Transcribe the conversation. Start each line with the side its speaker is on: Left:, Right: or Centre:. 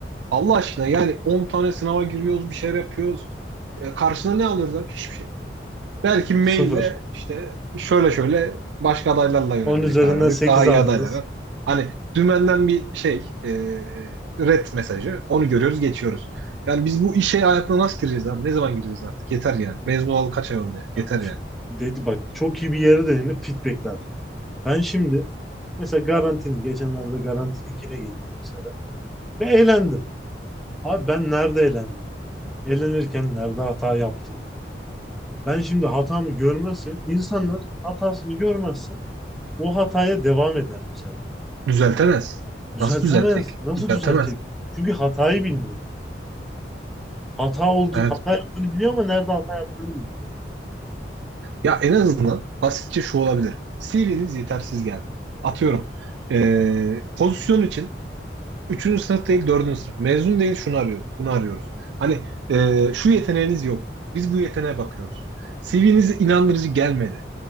Right: Allah aşkına yani 10 tane sınava giriyoruz, bir şeyler yapıyoruz. E, karşına ne alıyoruz abi? Hiçbir şey. Belki maille
Centre: Sıfır.
Right: işte şöyle şöyle başka adaylarla yönelmeye
Centre: 10 üzerinden
Right: karar verdik.
Centre: sekiz
Right: Daha iyi
Centre: aldınız.
Right: adaylara. Hani dümenden bir şey e, red mesajı. Onu görüyoruz geçiyoruz. Yani biz bu işe hayatına nasıl gireceğiz abi? Ne zaman gireceğiz artık? Yeter yani. Mezun olalı kaç ay oldu ya? Yeter
Centre: Ya, f-
Right: yani.
Centre: dedi bak çok iyi bir yere değindi feedbackler. Ben şimdi mesela Garanti'nin geçenlerde Garanti'ninkine girdim mesela ve eğlendim. Abi ben nerede eğlendim? Eğlenirken nerede hata yaptım? Ben şimdi hatamı görmezse insanlar hatasını görmezse o hataya devam eder mesela.
Right: Düzeltemez.
Centre: Düzeltemez.
Right: Nasıl düzeltecek?
Centre: Nasıl
Right: Düzeltemez.
Centre: düzeltecek? Çünkü hatayı bilmiyor. Hata oldu,
Right: Evet.
Centre: hata yaptığını biliyor ama nerede hata yaptığını bilmiyor.
Right: Ya en azından basitçe şu olabilir. CV'niz yetersiz geldi. Atıyorum. Ee, pozisyon için 3. sınıf değil 4. sınıf. Mezun değil şunu arıyoruz. Bunu arıyoruz. Hani ee, şu yeteneğiniz yok. Biz bu yeteneğe bakıyoruz. CV'niz inandırıcı gelmedi.